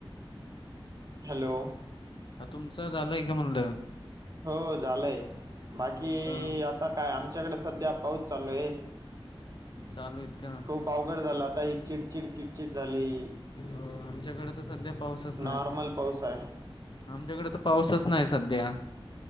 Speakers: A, on the right; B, on the left.
A: हॅलो
B: हा तुमचं झालंय का म्हणलं.
A: हो झालंय बाकी
B: हो का
A: आता काय आमच्याकडे सध्या पाऊस चालू आहे.
B: चालू इतक
A: पावगड झाला आता ही चिडचिड चिडचिड झाली,
B: हो आमच्याकडे तर सध्या पाऊसच नाही.
A: नॉर्मल पाऊस आहे
B: आमच्याकडे तर पाऊसच नाही सध्या